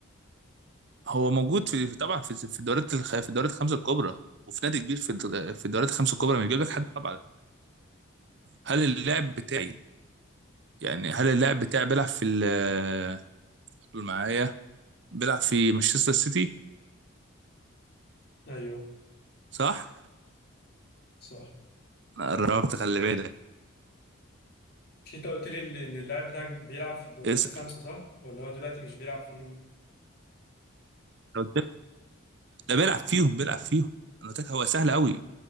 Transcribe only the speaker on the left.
ايوه
صح
مش انت قلت لي ال- ان اللاعب بتاعك بيلعب في الدوريات
الخمسة صح؟ ولا هو دلوقتي مش بيلعب فيهم؟